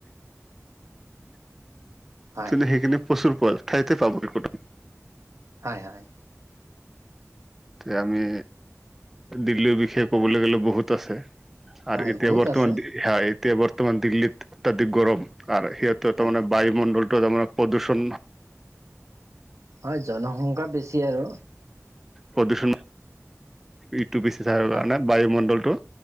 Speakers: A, on the right (about 70°); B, in the centre.
A: হয়
B: সেইখিনি প্ৰচুৰ পোৱা যায় ঠাইতে পাব কুটুব
A: হয়-হয়।
B: এতিয়া আমি দিল্লীৰ বিষয়ে ক'বলৈ গ'লে বহুত আছে। আৰু
A: হয়
B: এতিয়া
A: বহুত
B: বৰ্তমান
A: আছে
B: হা এতিয়া বৰ্তমান দিল্লীত অত্যাধিক গৰম। আৰু সিহঁতৰ
A: হয়
B: তাৰমানে বায়ুমণ্ডলটো তাৰ মানে প্ৰদূষণ
A: হয় জনসংখ্যা বেছি আৰু
B: প্ৰদূষণ এইটো বেছি থকাৰ
A: হয়
B: কাৰণে বায়ুমণ্ডলটো